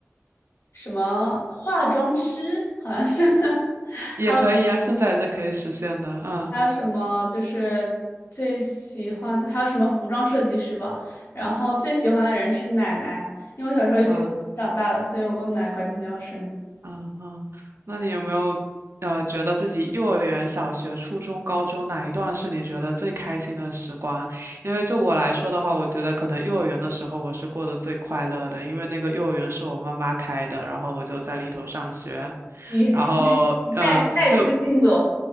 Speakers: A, on the left; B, on the right.
A: 什么化妆师，好像是，<laughs>
B: 也可以呀，
A: 还有
B: 现在也是可以实现的。嗯
A: 还有什么就是最喜欢，还有什么服装设计师吧。然后最喜欢的人是奶奶，因为我小时候一直跟我奶奶长大的，
B: 嗯
A: 所以我跟我奶奶关系比较深。
B: 嗯嗯，那你有没有呃觉得自己幼儿园、小学、初中、高中哪一段是你觉得最开心的时光？因为就我来说的话，我觉得可能幼儿园的时候我是过得最快乐的，因为那个幼儿园是我妈妈开的，然后我就在里头上学。
A: 你？
B: 然后嗯，
A: 带带资进组，
B: 就